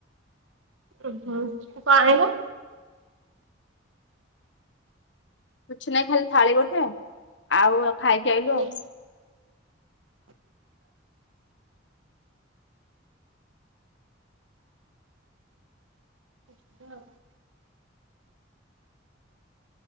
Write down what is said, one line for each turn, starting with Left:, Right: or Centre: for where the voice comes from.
Right: ଉଁ ହୁଁ କଣ ଆଣିବ?
Left: କିଛି ନାହିଁ ଖାଲି ଥାଳି ଗୋଟେ ଆଉ ଖାଇକି ଆଇଲୁ
Right: କୋଉଥିରେ
Left: ଆଉ।
Right: <unintelligible>